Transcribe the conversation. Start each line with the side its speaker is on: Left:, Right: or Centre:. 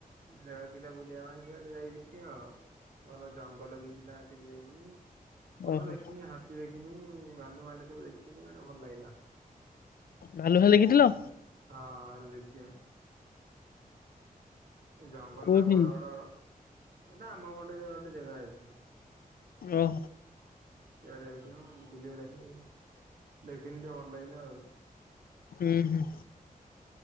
Right: ଜାଗା ଥିଲା ବୁଲିବା ପାଇଁ ସେଆଡ଼େ ଯାଇଥିଲି ଆଉ। ଭଲ ଜଙ୍ଗଲ ବି ଥିଲା ଆସିକି ଦେଇନୁ ଭଲ
Left: ଓହୋ।
Right: ଦେଖିନି ହାତୀ ଦେଖିନୁ। ହଁ ଭାଲୁ ମାଲୁ ସବୁ ଦେଖିନୁ ମାନେ ଭଲ ଲାଗିଲା
Left: ଭାଲୁ ଭା ଦେଖିଥିଲ।
Right: ହଁ ଆର୍ ଦେତି ଏମ୍। ଜଙ୍ଗଲରେ
Left: କୋଉଠି?
Right: ବଡ ବଡ ନା ଆମ ଗୋଟେ ଗୋଟେ ଯେଗା ଅଛି।
Left: ଓ ହୋ
Right: ଆଡେ ଯାଇଥିଲୁ ବୁଲିବୁ ଲାଗି ଆଉ ଦେଖିନି ଟିକେ ଭଲ ଲାଗିଲେ ଆଉ।
Left: ହୁଁ ହୁଁ